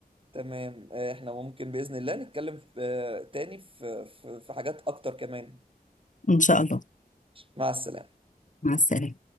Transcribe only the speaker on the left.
إن شاء الله
مع السلامة